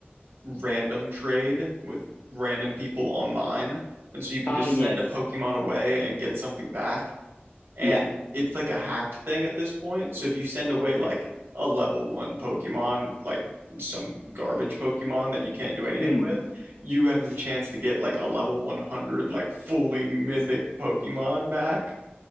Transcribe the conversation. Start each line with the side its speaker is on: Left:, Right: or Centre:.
Right: random trade with random people online. And so you can
Left: Oh
Right: just
Left: yes.
Right: send a Pokemon away and get something back. And
Left: Yeah.
Right: it's like a hacked thing at this point. So if you send away like a level one Pokemon, like some garbage Pokemon that you can't do anything
Left: Mm.
Right: with, you have the chance to get like a level 100, like fully mythic Pokemon back